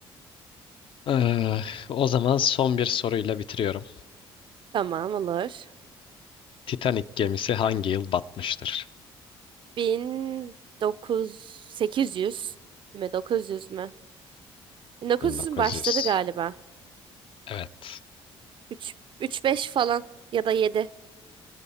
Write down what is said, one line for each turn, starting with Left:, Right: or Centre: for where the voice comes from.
Left: Ee, o zaman son bir soruyla bitiriyorum.
Right: Tamam olur.
Left: Titanic gemisi hangi yıl batmıştır?
Right: 1900 mü 900 mü? 1900'ün
Left: 1900.
Right: başları galiba.
Left: Evet.
Right: 3 3-5 falan ya da 7.